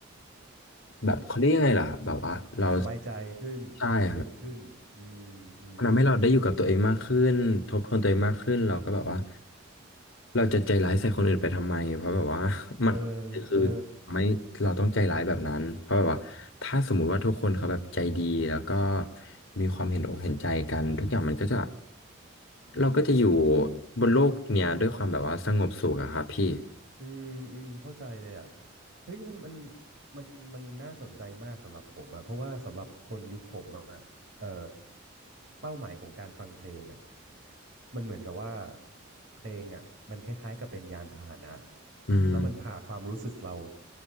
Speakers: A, on the left; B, on the right.
A: แบบเขาเรียกยังไงล่ะครับแบบว่าเรา
B: สบายใจขึ้น
A: ใช่ครับ
B: เย็นขึ้น อืมอืม
A: มันทำให้เราได้อยู่กับตัวเองมากขึ้นทบทวนตัวเองมากขึ้นเราก็แบบว่าเราจะใจร้ายใส่คนอื่นไปทำไมเพราะแบบว่า <laughs> มัน
B: เออ
A: คือทำให้เราต้องใจร้ายแบบนั้นเพราะแบบว่าถ้าสมมุติว่าทุกคนเขาแบบใจดีแล้วก็
B: เออ
A: มีความเห็นอกเห็นใจกันทุกอย่างมันก็จะเราก็จะอยู่บนโลกเนี้ยด้วยความแบบว่าสงบสุขอะครับพี่
B: อืมอืมเข้าใจเลยอ่ะเฮ้ยมันมันมันมันน่าสนใจมากสำหรับผมอ่ะเพราะว่าสำหรับคนยุคผมอ่ะเอ่อเป้าหมายของการฟังเพลงอ่ะมันเหมือนกับว่าเพลงอ่ะมันคล้ายๆกับเป็นยานพาหนะ
A: อืม
B: แล้วมันพาความรู้สึกเรา